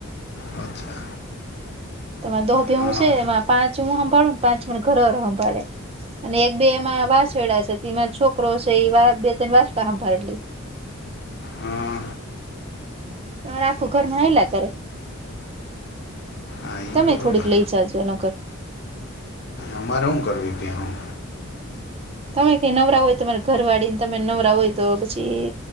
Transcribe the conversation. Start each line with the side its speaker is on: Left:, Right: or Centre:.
Left: અચ્છા
Right: તમા દો બેે
Left: હં
Right: હું છે એમાં પાંચ હું સંંભાળું ને પાંચ મારો ઘરો સંભાળે અને એક બે એમાં વાસવેેડાછે તેમાં છોકરો છે એ બે ત્રણ વાસડા હભા લે
Left: હમ્મ
Right: તમારે આખું ઘરમાં હયલા કરે
Left: હા એ
Right: તમે
Left: બરોબર
Right: થોડીક લઈ જાજો નગર
Left: અમારે હું કરવી ત્યાં ભેહું
Right: તમે કઈ નવરા હોય તો તમારે ઘર વાળીને તમે નવરા હોય તો પછી